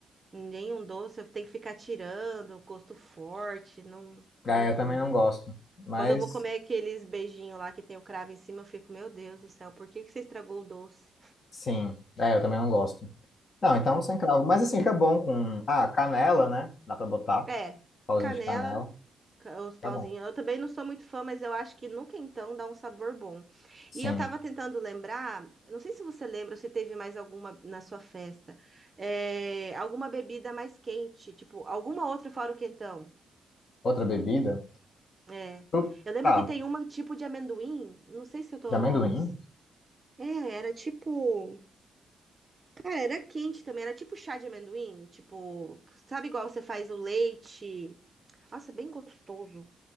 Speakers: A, on the right; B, on the left.
A: nenhum doce. Eu tenho que ficar tirando, gosto forte. Não, não
B: É,
A: curto.
B: eu também não gosto. Mas,
A: Quando eu vou comer aqueles beijinhos lá que tem o cravo em cima, eu fico, meu Deus do céu, por que que você estragou o doce?
B: sim. É, eu também não gosto. Não, então sem cravo. Mas, assim, fica bom com. Ah, canela, né? Dá pra botar.
A: É,
B: Pauzinho
A: canela,
B: de canela.
A: ca- os pauzinhos.
B: Fica bom.
A: Eu também não sou muito fã, mas eu acho que no quentão dá um sabor bom.
B: Sim.
A: E eu tava tentando lembrar, eu não sei se você lembra, ou se teve mais alguma na sua festa, é, alguma bebida mais quente, tipo, alguma outra fora o quentão.
B: Outra bebida?
A: É.
B: Pro-
A: Eu lembro
B: Tá.
A: que tem uma tipo de amendoim, não sei se eu tô.
B: De amendoim?
A: É, era tipo. Cara, era quente também, era tipo chá de amendoim, tipo, sabe igual você faz o leite. Nossa, bem gostoso.